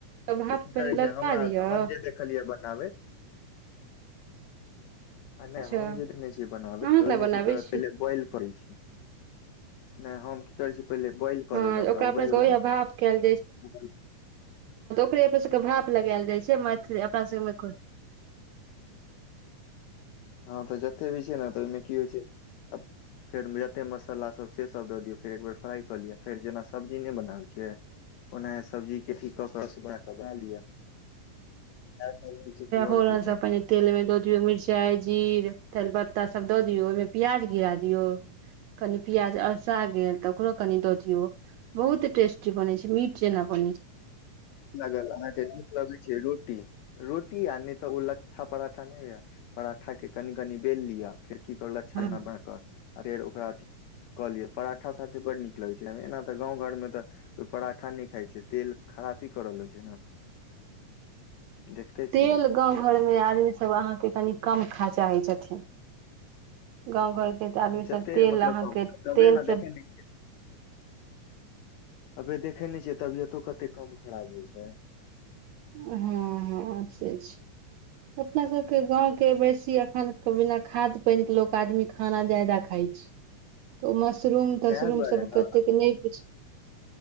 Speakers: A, on the right (about 75°); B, on the left (about 80°).
A: भाप
B: की
A: लगा
B: करै छै हमरा
A: दियौ
B: हम जे देखलियै जााबद आ नहि
A: अच्छा
B: हम जे देने छियै बनाबै
A: अहाँ
B: तऽ
A: केना
B: ओहिमे
A: बनाबै
B: की करत
A: छी
B: पहिले बोइल करै छी नहि हम की करै छी त बॉइल कऽ
A: हँ
B: देलहु
A: ओकरा
B: ओरा उबाललहु
A: अपना सबके ओहिया भाप कयल े सबके भााप लगायल जाइ छै मैथिल अपना सबमे-
B: हँ तऽ जत्थे भी छै ने तऽ ओहिमे की होइ छै फेर जते मसाला सब से सब दऽ दियौ फेर एकबेर फ्राई कऽ लिअ फेर जेना सब्जी नहि बनाल छै ओनाहे सब्जीकेथ क से बना कऽ बना लिअ। इएह सब होइ छै कि आओर
A: ो
B: की तऽ
A: पने तेल में दोधियो मिर्चाइ जीर तजपत्ता सब द दियऔ ओहिमे प्याज गिरा दियऔ कनि प्याज अलसा गेल तऽ ओकरो कनि दऽ दियऔ बहुत टेस्टी बनै छै मीट जेना बनै छै।
B: लागत अहाँकेँ नीक लगैत छै रोटी रोटी आ नहि तऽ ओ ल्ठा पराठा नहि होइए पराठाके कनि कनि बेल लिअ फेर की करल
A: छै
B: छ
A: हँ
B: न बक आ फेर ओकरा अथी कऽ लियअ पराठा साथे बड नीक लगै छै एना तऽ गाँव घरमे तऽ कोइ पराठा नहि खाइ छै तेल खराब ी करल छै ने। देखते
A: तेल
B: छियै
A: गाँव घरमे आदमीसभ अहाँके कनि। कम खा चाहै छथिन। गाँं घर के तऽ
B: हँ
A: आदमी
B: जते
A: सब तेल
B: मतलब
A: अहाँके
B: कम तबे
A: तेल
B: ने
A: सब।
B: देखे नहि तबे देखै नहि छियै तबियतो कते कम खराब होइ छै।
A: हँ हँ से छै अपना सब के गाँंव के बेसी अखन बिना खाद पानि के लोक आदमी खाना ज्यादा खााय छै तऽ ओ। मशरूम तशरूम
B: सएह दुआरे
A: सब
B: ने
A: केतेक नहि पुछ।